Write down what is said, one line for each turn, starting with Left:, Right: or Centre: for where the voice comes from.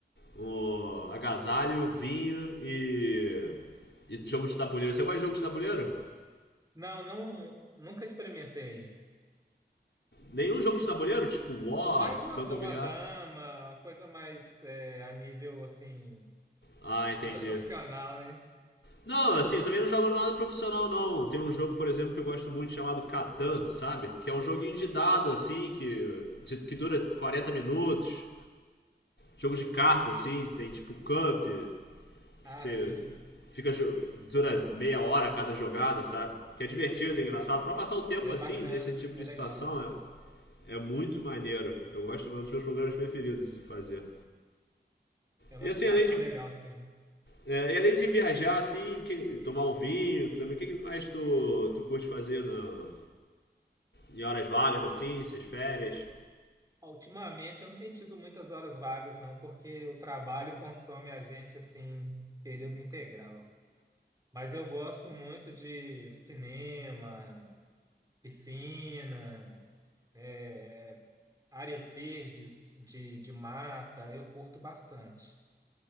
Left: um agasalho, vinho e. e jogo de tabuleiro. Você gosta de jogo de tabuleiro?
Right: Não, não, nunca experimentei.
Left: Nenhum jogo de tabuleiro? Tipo War,
Right: Mais uma,
Left: Banco
Right: da-
Left: Imobiliário?
Right: uma dama, uma coisa mais é, a nível assim,
Left: Ah,
Right: nada
Left: entendi.
Right: profissional, né?
Left: Não, assim, eu também não jogo nada profissional, não. Tem um jogo, por exemplo, que eu gosto muito chamado Catan, sabe? Que é um joguinho de dado, assim, que, de- que dura 40 minutos. Jogo de carta, assim, tem tipo Cup, que
Right: Ah,
Left: você
Right: sim.
Left: fica. dura meia hora cada jogada, sabe? Que é divertido, é engraçado. Pra passar o tempo
Right: É
Left: assim,
Right: bacana,
Left: nesse tipo de
Right: é legal.
Left: situação, é, é muito maneiro. Eu gosto, é um dos meus programas preferidos de fazer.
Right: É uma
Left: E assim,
Right: distração
Left: além de.
Right: legal, sim.
Left: é, e além de viajar, assim, que- tomar um vinho, também, o que que mais tu, tu curte fazer na- em horas vagas, assim, essas férias?
Right: Ah, Ultimamente eu não tenho tido muitas horas vagas, não, porque o trabalho consome a gente assim, período integral. Mas eu gosto muito de cinema, piscina, é, áreas verdes de, de mata, eu curto bastante.